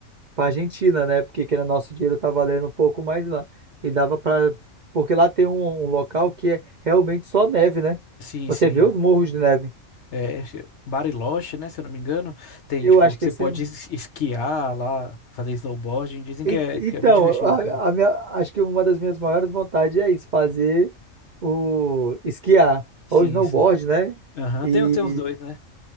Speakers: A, on the right; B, on the left.
A: para Argentina, né? Porque que era nosso dinheiro tá valendo um pouco mais lá. E dava para, porque lá tem um, um local que é realmente só neve, né?
B: Sim,
A: Você
B: sim.
A: vê os morros de neve.
B: É, acho que Bariloche, né? Se eu não me engano, tem,
A: Eu
B: tipo,
A: acho que
B: você
A: esse,
B: pode
A: é
B: es- esquiar lá, fazer snowboarding. Dizem
A: E-
B: que é,
A: Então,
B: que é muito divertido,
A: a,
B: cara.
A: a minha, acho que uma das minhas maiores vontades é isso, fazer o esquiar,
B: Sim,
A: ou snowboard,
B: sim.
A: né?
B: Aham,
A: E
B: Tem, tem os dois, né?